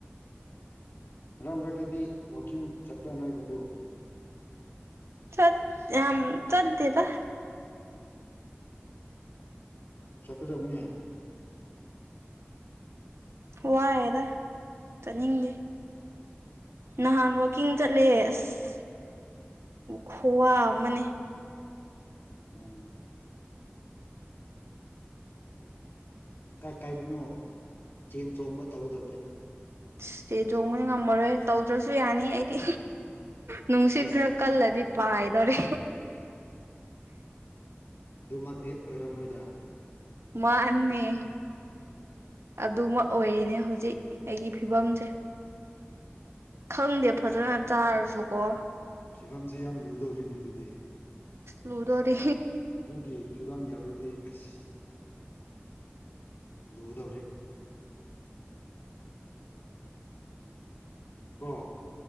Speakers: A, on the left (about 60°); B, on the right (about 75°).
A: ꯃꯔꯛ ꯃꯔꯛꯇꯗꯤ ꯋꯥꯋꯥꯛꯀꯤꯡ ꯆꯠꯄ꯭ꯔꯥ ꯅꯣꯏꯒꯕꯨ
B: ꯆꯠ ꯑ ꯆꯠꯗꯦꯕ
A: ꯁꯠ꯭ꯔꯁꯦ ꯎꯅꯤ ꯍꯥꯏ
B: ꯋꯥꯏꯑꯦꯗ ꯆꯠꯅꯤꯡꯗꯦ ꯅꯍꯥꯟ ꯋꯥꯋꯀꯤꯡ ꯆꯠꯂꯦ ꯑꯁ ꯈꯨꯋꯥ ꯑꯃꯅꯦ
A: ꯎꯝ ꯀꯥꯏ ꯀꯥꯏꯗꯅꯣ ꯆꯦꯟ ꯆꯣꯡꯕ ꯇꯧꯒꯗꯕꯅꯤ
B: ꯁꯇꯦ ꯆꯣꯡꯕꯗꯤ ꯉꯝꯃꯔꯣꯏ ꯇꯧꯗ꯭ꯔꯁꯨ ꯌꯥꯅꯤ ꯑꯩꯗꯤ ꯅꯨꯡꯁꯤꯈ꯭ꯔ
A: ꯍꯁ
B: ꯀꯜꯂꯗꯤ ꯑ ꯏꯗꯣꯣꯔ
A: ꯃꯒꯗꯤ ꯑꯣꯏꯔꯝꯣꯏꯗ
B: ꯃꯥꯅꯦ ꯑꯗꯨꯃ ꯑꯣꯏꯔꯤꯅꯦ ꯍꯧꯖꯤꯛ ꯑꯩꯒꯤ ꯐꯤꯕꯝꯁꯦ ꯈꯪꯗꯦ ꯐꯖꯅ ꯆꯥꯔ ꯀꯣ
A: ꯐꯤꯕꯝꯁꯤ ꯌꯥꯝ ꯂꯨꯗꯧꯔꯤꯅꯦ ꯑꯗꯨꯗꯤ
B: ꯂꯗ ꯑꯣꯏꯔꯤ
A: ꯑꯗꯨꯒꯤ ꯐꯤꯕꯝ ꯌꯥꯎꯔꯤ ꯑ ꯑꯁ ꯌꯎꯗꯧꯔꯦ ꯀ